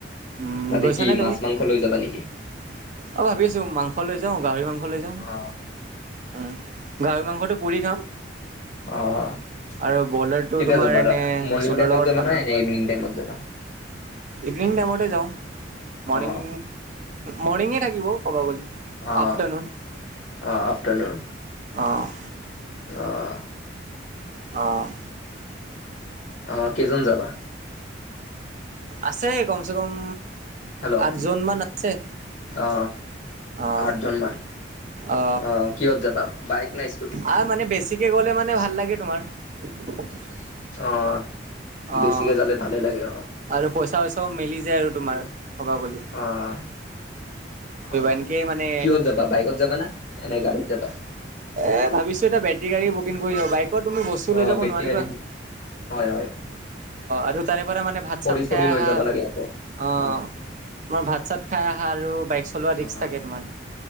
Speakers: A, on the right; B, on the left.
A: উম,
B: তাতে
A: গৈছানে
B: কি
A: তুমি?
B: মাছ মাংস লৈ যাবা নেকি?
A: অ' ভাবি আছোঁ, মাংস লৈ যাওঁ, গাহৰি মাংস লৈ যাওঁ।
B: অ'।
A: উ, গাহৰি মাংসটো পুৰি খাম।
B: অ' কেতিয়া
A: আৰু বলাৰটো তোমাৰ
B: যাবা
A: এনে
B: আৰু মৰ্ণিং
A: জোলৰ
B: টাইমত
A: লগত
B: যাবা
A: খাম।
B: নাই নে ইভিনিং টাইমত যাবা?
A: ইভিনিং টাইমতে যাওঁ। মৰ্ণিং
B: অ
A: মৰ্ণিঙে থাকিব ক'ব গ'লে।
B: অ',
A: আফটাৰনুন
B: অ' আফটাৰনুন।
A: অ'।
B: অ'।
A: অ'।
B: অ' কেইজন যাবা?
A: আছে কমচেকম
B: হেল্ল'
A: আঠজনমান আছে।
B: অ
A: আহ
B: আঠজন মান
A: আ,
B: অ কিহত যাবা বাইক নাই স্কুটি
A: আৰু মানে বেছিকে গ'লে মানে ভাল লাগে তোমাৰ। <inaudible>
B: অ',
A: অ',
B: বেছিকে জালে ভালে লাগে, অ'।
A: আৰু পইচা চইচাও মিলি যায় আৰু তোমাৰ
B: উম।
A: কবাগলি।
B: অ', অ',
A: এনেকে মানে
B: কিয়ত যাবা বাইকত যাবা না নে নাই গাড়ীত যাবা?
A: এ ভাবিছো এটা বেটৰী গাড়ী বুকিং কৰি লও, বাইকত তুমি বস্তু
B: অ',
A: লৈ যাব
B: বেটেৰী
A: নোৱাৰিবা।
B: গাড়ী
A: অ',
B: বুক হয়, হয়।
A: আৰু তাৰে পৰা মানে ভাত
B: খৰি
A: চাত
B: চৰি
A: খাই আহা,
B: লৈ যাব লাগে আকৌ।
A: অহ।
B: অ',
A: তোমাৰ ভাত চাত খাই আহা, আৰু বাইক চলোৱা ৰিক্স
B: অ',
A: থাকে তোমাৰ